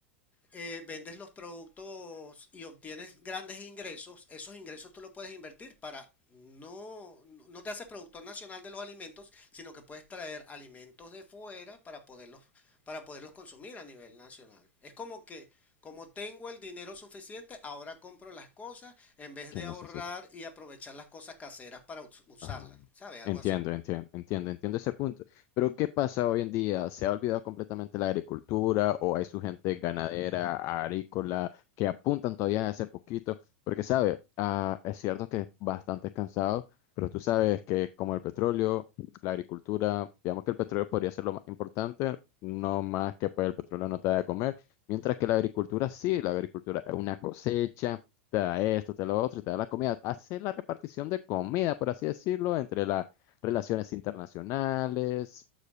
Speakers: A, on the left; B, on the left.
A: eh, vendes los productos y obtienes grandes ingresos, esos ingresos tú los puedes invertir para no, no te haces productor nacional de los alimentos, sino que puedes traer alimentos de fuera para poderlos, para poderlos consumir a nivel nacional. Es como que, como tengo el dinero suficiente, ahora compro las cosas en vez
B: que
A: de
B: necesitan?
A: ahorrar y aprovechar las cosas caseras para us- usarlas,
B: Ah,
A: ¿sabes? Algo
B: Entiendo,
A: así.
B: entiendo, entiendo, entiendo ese punto. Pero ¿qué pasa hoy en día? ¿Se ha olvidado completamente la agricultura o hay su gente ganadera, agrícola, que apuntan todavía a ese poquito? Porque, sabe, ah, es cierto que es bastante cansado, pero tú sabes que como el petróleo, la agricultura, digamos que el petróleo podría ser lo más importante, no más que pues el petróleo no te da de comer, mientras que la agricultura sí, la agricultura es una cosecha te da esto, te da lo otro y te da la comida. Hace la repartición de comida, por así decirlo, entre las relaciones internacionales,